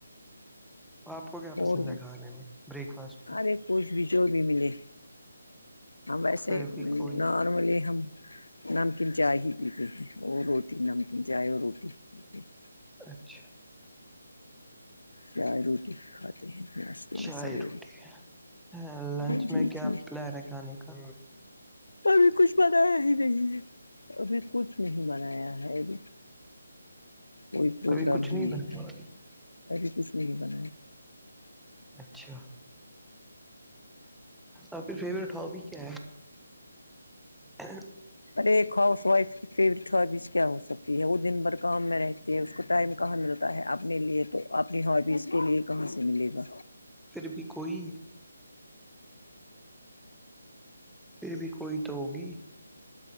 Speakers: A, in the centre; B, on the left (about 80°).
A: آپ کو کیا پسند
B: اور
A: ہے کھانے میں بریک فاسٹ میں
B: ارے کچھ بھی جو بھی ملے ہم ویسے
A: پھر بھی کوئی
B: نارملی ہم نمکین چائے ہی پیتے ہیں اور روٹی نمکین چائے اور روٹی ہی پیتے ہیں
A: اچھا
B: چائے روٹی کھاتے ہیں
A: چائے
B: میں سویرے
A: روٹی ہے لنچ
B: جی
A: میں کیا
B: جی
A: پلان ہے کھانے کا
B: ابھی کچھ منایا ہی نہیں ہے ابھی کچھ نہیں منایا ہے ابھی کوئی پروگرام
A: ابھی کچھ
B: ہی نہیں
A: بنا
B: ہے ایبھی کچھ نہیں بنایا
A: اچھا آھر فیورٹ ہابی کیا ہے ہ
B: ارے ایک ہاؤس وائف کی فیوریٹ ہابیز کیا ہو سکتی ہے وہ دن بھر کام میں رہتی کہ اس کو ٹائم کہاں ملتا ہے اپنے لیے تو اپنی ہابیز کے لیے کہاں سے ملے گا
A: پھر بھی کوئی پھر بھی کوئی تو ہوگی